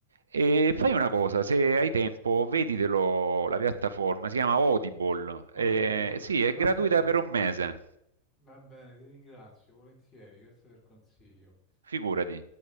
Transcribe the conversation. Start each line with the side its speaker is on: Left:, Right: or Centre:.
Right: E fai una cosa, se hai tempo, veditelo, la piattaforma, si chiama Audible, eh,
Left: Audible,
Right: sì, è
Left: va
Right: gratuita
Left: bene,
Right: per un mese,
Left: va bene, ti ringrazio volentieri, grazie del consiglio.
Right: figurati.